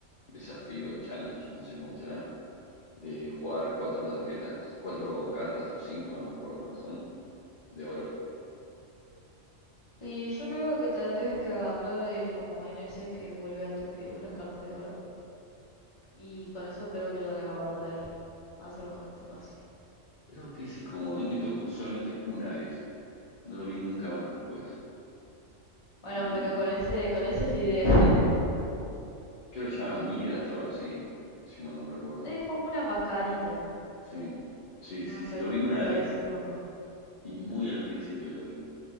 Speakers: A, on the left; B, on the left.
A: desafío, el challenge, no sé cómo será, de jugar cuatro tarjetas, cuatro cartas o cinco, no me acuerdo cuáles son, de oro.
B: Y yo creo que tendrías que agarrar el comodín ese que vuelve a tus figuras cartas de oro. Y con eso creo que ya le vas a poder hacer bastante fácil.
A: Creo que ese comodín me tocó solamente una vez. No lo vi nunca más después.
B: Bueno,
A: Eh,
B: pero
A: no,
B: con ese, con esa es la idea. <laughs>
A: creo que se llama Midas o algo así, si mal no recuerdo.
B: Es como una mascarita.
A: Sí, sí,
B: Una
A: sí,
B: mascarita
A: sí, lo vi
B: con
A: una
B: los labios
A: vez
B: rojos.
A: y muy al principio lo vi.